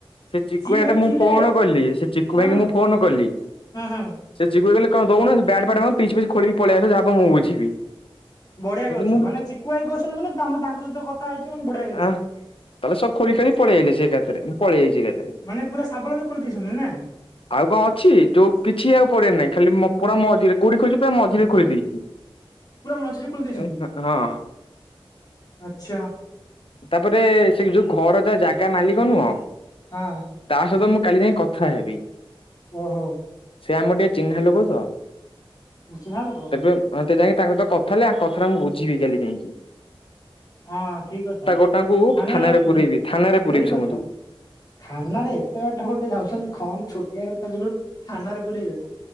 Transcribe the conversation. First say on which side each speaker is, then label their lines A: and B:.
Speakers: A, on the left; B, on the left.
A: ସେ ଚିକୁୁ
B: ସିଏ
A: ଭାଇକି
B: ଭାଇ
A: ଟା ମୁଁ
B: ଥିଲେ
A: ଫୋନ କଲି ସେ ଚିକୁ
B: ହଁ
A: ଭାଇ କି ମୁଁ ଫୋନ କଲି
B: ହଁ ହଁ
A: ସେ ଚିକୁ ଭାଇ କହିଲେ କଣ ଦଉନ ବ୍ୟାଟ୍ <unintelligible> ପିଚ୍ ପିଚ୍ ଖୋଳିକି ପଳେଇ ଆସ ମୁଁ ବୁଝିବି।
B: ବଢ଼ିଆ କରିଚୁ
A: ମୁଁ
B: ମାନେ ଚିୁକୁଭାଇ କହୁଛନ୍ତି ମାନେ ତମେ ତାଙ୍କ ସହିତ କଥା ହେଇଛ ବଢିଆ ହେଇଛ।
A: ଆ ତାହେଲେ ସବୁ ଖୋଲି କାଳି ପଳେଇ ଆସିଲେ ଏକାଥରେ ପଳେଇ ଯାଇଛି ଏକାଥରେ।
B: ମାନେ ପୁରା ଶାବଳରେ ଖୋଲି ଦେଇଛନ୍ତି ନା
A: ଆଉ କଣ ଅଛି ଯୋଉ କିଛି ଆଉ ପଡିଆ ରେ ନାହିଁ ଖାଲି ମୁଁ ପୁରା ମଝିରେ କୋଉଠି ଖୋଲିଛି ପୁରା ମଝିରେ ଖୋଲି ଦେଇଛି।
B: ପୁରା ମଝିରେ ଖୋଲି ଦେଇଛନ୍ତି
A: <unintelligible> ହଁ।
B: ଆଚ୍ଛା।
A: ତାପରେ ସେ ଯୋଉ ଘର ଯାହା ଜାଗା ମାଲିକ ନୁହଁ
B: ହଁ
A: ତା ସହିତ ମୁଁ କାଲି ଯାଇଁ କଥା ହେବି।
B: ଓହୋ।
A: ସେ ଆମର ଟିକେ ଚିହ୍ନା ଲୋକ ତ
B: ଚିହ୍ନା ଲୋକ
A: ତେବେ ମତେ ଯାଇ ତାଙ୍କ ସହିତ କଥା ହେଲେ ଆଁ କଥାଟା ମୁଁ ବୁଝିବି କାଲି ଯାଇଁକି।
B: ହଁ ଠିକ୍ କଥା।
A: ତାଙ୍କୁ
B: ମାନେ
A: ଥାନାରେ ପୁରେଇବି ଥାନାରେ
B: ସେଇ
A: ପୁରେଇବି
B: କଥା
A: ସମସ୍ତଙ୍କୁ।
B: ଥାନାରେ ଏତେ ବାଟ ଗୋଟେ ଯାଉଛନ୍ତି କଣ ଛୋଟିଆ କଥା ଯୋଗୁରୁ ଥାନାରେ ପୁରେଇବେ।